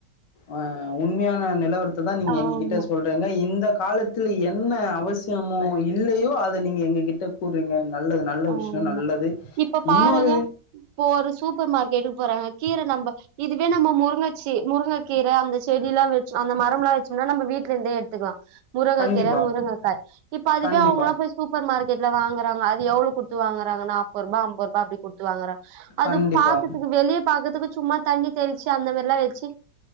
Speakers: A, on the left; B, on the right.
A: அ உண்மையான நிலவரத் இப்பதா நீங்க
B: ஆமா
A: எங்ககிட்ட சொல்றீங்க இந்த காலத்துல என்ன அவசியமோ இல்லயோ அத நீங்க எங்க கிட்ட கூறிங்க நல்லது நல்ல
B: ஆமா
A: விஷ்யொ நல்லது
B: இப்ப பாருங்க
A: இன்னொரு
B: இப்ப ஒரு சூப்பர் மார் கெட்டு போறாங்க கீர நம்ப இதுவே நம்ம முருங்க சி முருங்கக்கீர அந்த செடில்லா வச் அந்த மரம்லா வச்சொம்னா நம்ப வீட்லந்தே எடுத்துக்லா முருங்கக்கீர
A: கண்டிப்பா
B: முருங்கக்காய் இப்ப அதுவே
A: கண்டிப்பா
B: அவுங்களா போய் சூப்பர்மார் கெட்ல வாங்குறாங்க அது எவ்ளொ குட்த்து வாங்குறாங்க நாப்பருபா அம்பருபா அப்டி குட்த்து வாங்குறா அது
A: கண்டிப்பா
B: பாக்கர்துக்கு வெளிய‌ பாக்கர்துக்கு சும்மா தண்ணி தெளிச்சு அந்த மாரிலா வெச்சு